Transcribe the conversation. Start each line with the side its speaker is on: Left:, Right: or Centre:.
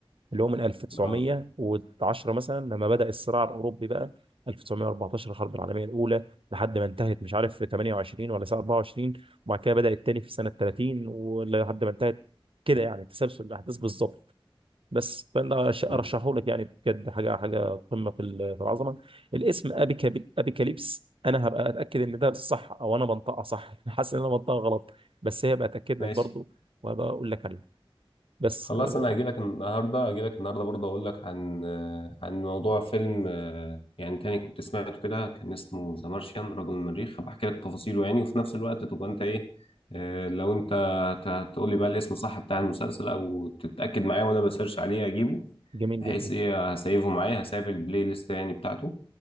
Right: اللي هو من 1910
Left: اه
Right: مثلا لما بدأ الصراع الأوروبي بقى 1914 الحرب العالمية الأولى لحد ما انتهت مش عارف في 28 ولا ساعة 24 وبعد كده بدأ التاني في سنة 30 ولحد ما انتهت كده يعني تسلسل الأحداث بالظبط بس فأنا أش-
Left: امم
Right: أرشحه لك يعني بجد حاجة حاجة قمة في ال- في العظمة الاسم أبيكا أبيكاليبس أنا هبقى أتأكد إن ده صح أو أنا بنطقها صح <laughs> حاسس إن أنا بنطقها غلط بس هي بتأكد لك
Left: ماشي
Right: برضو وهبقى أقول لك عليه بس
Left: خلاص
Right: آه،
Left: انا هجيلك النهارده هجيلك النهارده برضه اقول لك عن آه، عن موضوع فيلم آه، يعني تاني كنت سمعته كده كان اسمه ذا مارشيان رجل المريخ هبقى احكي لك تفاصيله يعني وفي نفس الوقت تبقى انت ايه آه، لو انت هت- هتقول لي بقى الاسم صح بتاع المسلسل او تتاكد معايا وانا بسيرش عليه اجيبه
Right: جميل
Left: بحيث
Right: جدا
Left: ايه هسيفه معايا هسيف البلاي ليست يعني بتاعته